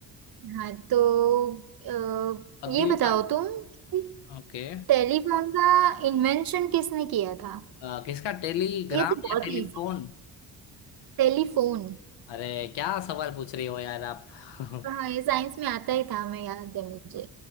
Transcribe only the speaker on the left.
अगली
बार
ओके
अ, किसका टेलीग्राम
या
टेलीफोन
अरे क्या सवाल पूछ रही हो यार आप <laughs>